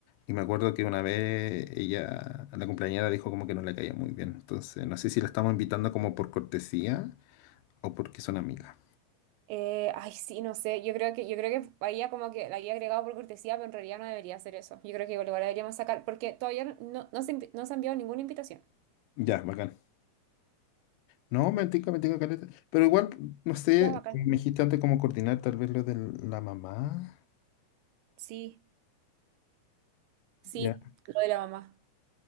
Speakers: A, on the left; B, on the right.
A: y me acuerdo que una vez ella, la compañera dijo como que no le caía muy bien. Entonces, no sé si la estamos invitando como por cortesía o porque son amigas.
B: Eh, ay, sí, no sé. Yo creo que, yo creo que había como que la había agregado por cortesía, pero en realidad no debería hacer eso. Yo creo que igual igual la deberíamos sacar, porque todavía no, no se, invi- no se ha enviado ninguna invitación.
A: Ya, bacán. No, me tinca, me tinca caleta. Pero igual, no sé,
B: Ya, bacán.
A: como me dijiste antes, cómo coordinar tal vez lo de la mamá.
B: Sí, sí,
A: Ya,
B: lo de la mamá.